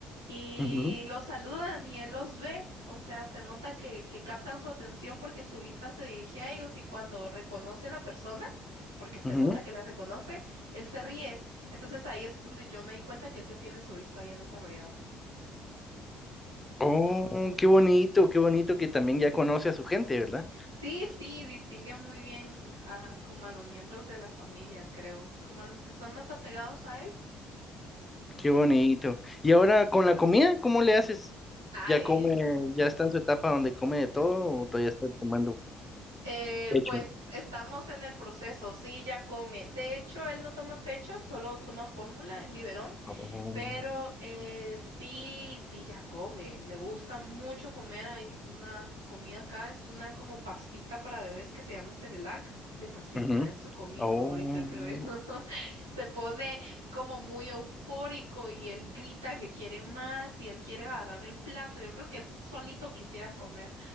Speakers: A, on the right; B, on the left.
A: y
B: ujú,
A: los saludan y él los ve, o sea, se nota que, que captan su atención porque su vista se dirige a ellos y cuando reconoce a la persona, porque se
B: ujú.
A: nota que la reconoce, él se ríe. Entonces ahí es donde yo me di cuenta que él ya tiene su vista bien desarrollada.
B: Oh, qué bonito, qué bonito que también ya conoce a su gente, ¿verdad?
A: Sí, sí, distingue muy bien a, como a los miembros de la familia, creo, como a los que están más apegados a él.
B: Qué bonito. Y ahora con la comida, ¿cómo le haces?
A: Ay,
B: ¿Ya come, ya está en su etapa donde come de todo o todavía está tomando
A: eh,
B: pecho?
A: pues estamos en el proceso, sí, ya come. De hecho, él no toma pecho, solo toma fórmula en biberón.
B: Oh,
A: Pero eh, sí, sí, ya come, le gusta mucho comer. Hay una comida acá, es una como pastita para bebés que se llama Cerelac. Le fascina,
B: ujú.
A: es su comida
B: Oh,
A: favorita, creo yo. <laughs> Se pone como muy eufórico y él grita que quiere más y él quiere agarrar el plato. Yo creo que él solito quisiera comer.